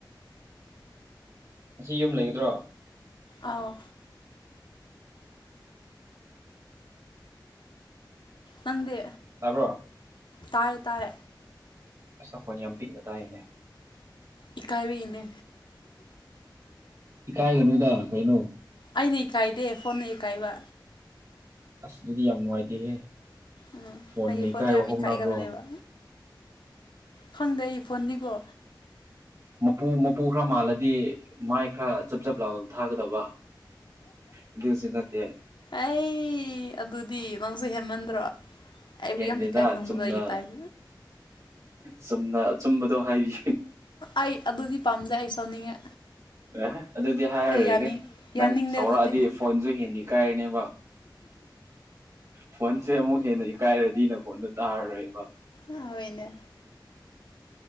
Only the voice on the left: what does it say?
ꯑꯧ ꯅꯪꯗꯤ
ꯇꯥꯏꯌ‌ꯦ ꯇꯥꯏ
ꯏꯀꯥꯏꯔꯤꯅ‌ꯦ
ꯑꯩꯅ ꯏꯀꯥꯏꯗꯦ ꯐꯣꯟꯅ ꯏꯀꯥꯏꯕ
ꯎꯝ
ꯑꯩꯒꯤ
ꯐꯣꯟꯁꯨ ꯌꯥꯝ
ꯏꯀꯥꯏꯒꯜꯂꯦꯕ ꯈꯪꯗ‌ꯦ ꯑꯩ ꯐꯣꯟꯅꯤꯀꯣ
ꯑꯩ ꯑꯗꯨꯗꯤ ꯅꯪꯁꯨ ꯍꯦꯟꯃꯟꯗ꯭ꯔꯣ ꯑꯩꯕꯨ
ꯌꯥꯝ ꯏꯀꯥꯏ ꯈꯪꯗꯕꯒꯤ
ꯇꯥꯏꯞ
ꯑꯩ ꯑꯗꯨꯗꯤ ꯄꯥꯝꯗꯦ ꯑꯩ ꯁꯥꯎꯅꯤꯡꯉꯦ
ꯑꯩ ꯌꯥꯅꯤꯡ
ꯌꯥꯅꯤꯡꯗꯦ
ꯑꯗꯨꯗꯤ
ꯑ ꯍ‌ꯣꯏꯅꯦ